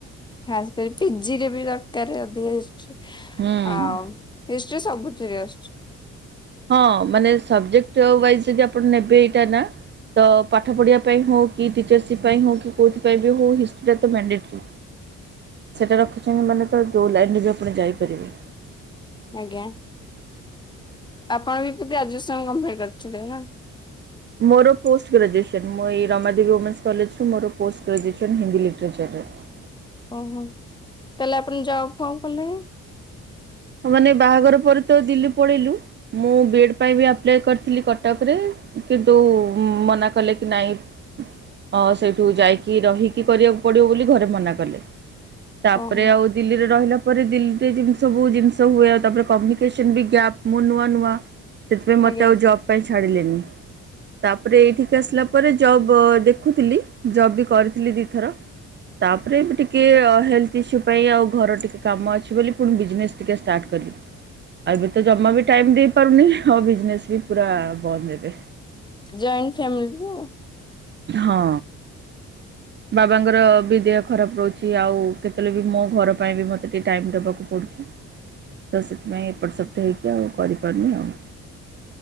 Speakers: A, on the left (about 15°); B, on the right (about 40°).
A: ଖାସ୍ କରି ପିଜିରେ ବି ଦରକାର ଅଧିକ
B: ହୁଁ।
A: ଆଉ ହିଷ୍ଟ୍ରି ସବୁଥିରେ ଆସୁଛି।
B: ହଁ ମାନେ ସବଜେକ୍ଟ ୱ ଯଦି ଆପଣ ନେବେ ଏଇଟା ନା ତ ପାଠ ପଢ଼ିବା ପାଇଁ ହଉ କି ଟିଚର୍ସିପ୍ ପାଇଁ ହଉ କି କୋଉଥିାଇଁ ବି ହଉ ହିଷ୍ଟିଟା ତ ମଣ୍ଡେଟର। ସେଇଟା ରଖିଛନ୍ତି ମାନେ ତ ଯେୋଉ ଲାଇନ୍ରରେ ବି ଆପଣ ଯାଇପାରିବେ।
A: ଆଜ୍ଞା। ଆପଣ ବି କେତି ଆୟ କମ୍ପ୍ କରିଛନ୍ତି ନା?
B: ମୋର ପୋଷ୍ଟ ଗ୍ରାଜୁଏସନ୍ ମୁଁ ଏଇ ରମାଦେବୀମେନ୍ସ କଲେଜୁ ମୋର ପୋଷ୍ଟ ଗ୍ରାଜୁଏସନ୍ ହିନ୍ଦୀ ଲିଟରେଚର। <unintelligible>
A: ଓହୋ ତାହଲେ ଆପଣ ଯାଉ କ କଲେ?
B: ମାନେ ବାହାଘର ପରେ ତ ଦିଲ୍ଲୀ ପଳେଇଲୁ ମୁଁ ବି ଏଡ଼୍ ପାଇଁ ବି ଆପ୍ଲାଏ କରିଥିଲି କଟକରେ କିନ୍ତୁ ମନା କଲେ କି ନାଇଁ ଅ ସେଇଠୁ ଯାଇକି ରହିକି କରିବାକୁ ପଡିବ ବୋଲି ଘରେ ମନା କଲେ। ତାପରେ
A: ଓହୋ
B: ଆଉ ଦିଲ୍ଲୀରେ ରହିଲା ପରେ ଦିଲ୍ଲୀରେ ଜିନିଷ ବହୁ ଜିନିଷ ସବୁ ହୁଏ ଆଉ ତାପରେ କମିକେସନ ଵି ଗ୍ୟାପ ମୁଁ ନୂଆ ନୂଆ ସେଥିପାଇଁ ମୋତେ
A: ଆଜ୍ଞା
B: ଆଉ ଜପ ପାଇଁ ଛାଡ଼ିଲେନି। ତାପରେ ଏଇ ଠିକ ଆସିଲା ପରେ ଜବ୍ ଦେଖୁଥିଲି ଜବ୍ ବି କରିଥିଲି ଦିଥର। ତାପରେ ବି ଟିକେ ହେଲ୍ ଥ ଇଶୁ ପାଇଁ ଆଉ ଘରର ଟିକେ କାମ ଅଛି ବୋଲି ପୁଣି ବିଜନେସ ଟିକେ ଷ୍ଟାର୍ଟ କଲି ଆଉ ଏବେ ତ ଜମା ବି ଟାଇମ ଦେଇ ପାରୁନି। ହଉ ବିଜନେସ୍ ବି ପୁରା ବନ୍ଦ ହେବେ।
A: ଜଏଣ୍ଟ ଫ୍ୟାମିଲିକୁୁ
B: ହଁ।
A: ହ
B: ବାବାଙ୍କର ବି ଦେହ ଖରାପ ରହୁଛି ଆଉ କେତେବେଳେ ବି ମୋ ଘର ପାଇଁ ବି ମୋତେ ଟିକେ ଟାଇମ୍ ଦେବାକୁ ପଡ଼ୁଛି।
A: ହଁ
B: ତ ସେଥିପାଇଁ ଏପଟ ସେପ୍ଟ ହେଇକି ଆଉ କରିପାରୁନି ଆଉ।